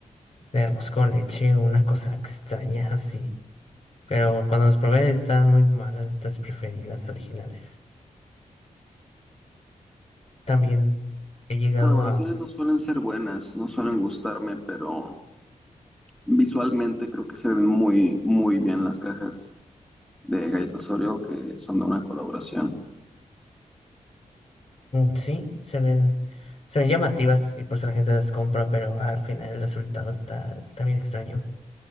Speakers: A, on the left (about 50°); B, in the centre.
A: de arroz con leche, una cosa extraña así. Pero cuando las probé estaban muy malas, entonces preferí las originales. También he llegado
B: Las colaboraciones
A: a...
B: no suelen ser buenas, no suelen gustarme, pero visualmente creo que se ven muy, muy bien las cajas de galletas Oreo que son de una colaboración.
A: mm, Sí, se ven, se ven llamativas y por eso la gente las compra, pero al final el resultado está también extraño.